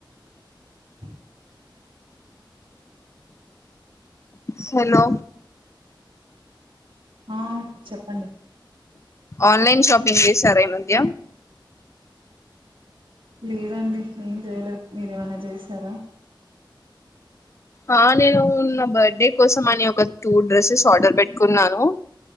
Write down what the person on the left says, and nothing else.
హలో
ఆన్లైన్ షాపిింగ్ విసారై మద్య
ఆ నేను నా బర్డే కోసం అని ఒక టూ డ్రెస్సెస్ ఆర్డర్ పెట్టుకున్నాను